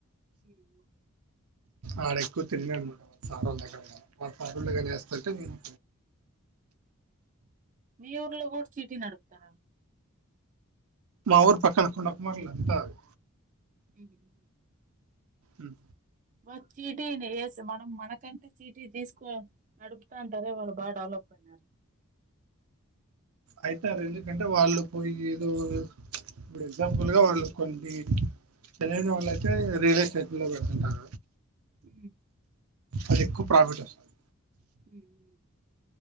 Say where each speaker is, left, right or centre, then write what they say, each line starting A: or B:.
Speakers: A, on the right; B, on the right.
A: కిదువా
B: ఆడు ఎక్కువ తినలేడు మేడమ్ సారోల్ల దగ్గర మా పనులు నేను ఏస్తంటే మేము
A: మీ ఊర్లో కూడా సిటీ నడుపుతారా
B: మా ఊర్ పక్కన కుండా కుమార్ లంక అది
A: ఉహు హు
B: ఉ
A: వాల్ చీటీ నెయస్ మనం మనకంటే సిటీ తీసుకో అన్ నడుపుతా అంటారే వాళ్ళు బాగా డెవలప్ అయినారు
B: అయితే అది ఎందుకంటే వాళ్ళు పోయి ఏదో ఇప్పుడు ఎగ్జాంపుల్ గా వాళ్ళు కోండి చెన్నై వాళ్ళు అయితే రియల్ ఎస్టేట్ లో పెడుతుంటార
A: ఉ
B: అది ఎక్కువ ప్రాఫిట్ వస్తది
A: మ్మ్.